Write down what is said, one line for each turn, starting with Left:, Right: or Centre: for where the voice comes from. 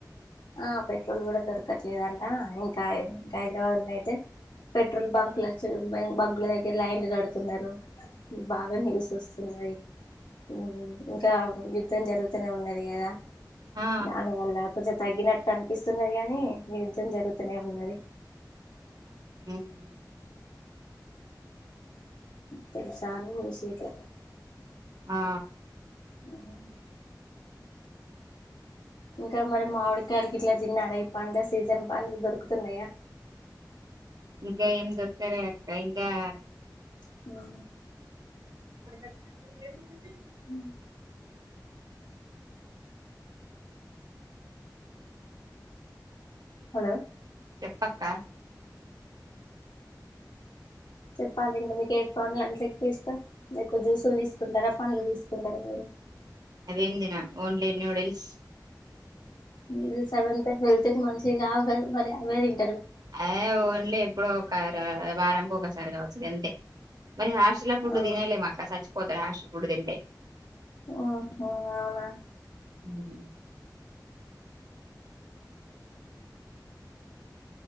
Left: ఆ పెట్రోల్ కూడా దొరుకు దొరకట్లేదంటా ఇంకా ఇంకా హైదరాబాద్ లో అయితే పెట్రోల్ బంక్ల బంక్ల దగ్గర లైన్లు కడుతున్నారు బాగా న్యూస్ వస్తున్నది ఉమ్మ్ ఇంకా యుద్ధం జరుగుతూనే ఉన్నది కదా
Right: ఆ
Left: దాని వాళ్లా కొచో తగ్గినట్టు అనిపిస్తున్నది గానీ యుద్ధం జరుగుతూనే ఉన్నది
Right: హ్మ్మ్
Left: తెలుసా న్యూస్ గిట్ల
Right: హా
Left: హ్మ్మ్ ఇంకా మరి మామిడికాయాలకి గిట్ల తిన్నార ఈ పండ్ల సీజన్ పండ్లు దొరుకుతున్నాయా
Right: ఇంకా ఏం దొరకలేదు అక్కా ఇంగా
Left: హ్మ్మ్
Right: దొరకట్లేద ఏం చూపి
Left: హ్మ్మ్ హలో
Right: చెప్పాక్కా
Left: చెప్పాలి ఇంకా మీకు ఏ పండ్లు అంటే ఎక్కువ ఇష్టం, ఎక్కువ జ్యూసులు తీసుకుంటారా పండ్లు తీసుకుంటారా మీరు.
Right: అదేం తినం ఓన్లీ న్యూడిల్స్
Left: న్యూడిల్స్ అవి హెల్త్ మంచిగావు గదా మరి అవే తిం
Right: అదే ఓన్లీ ఎప్పుడు ఒక వారంకి ఒకసారి కావచ్చు అంతే మరి హాస్టల్ ఫుడ్
Left: అవును
Right: తినేలేము అక్కా చచ్చిపోతాడు హాస్టల్ ఫుడ్ తింటే
Left: ఓహో అవునా
Right: హ్మ్మ్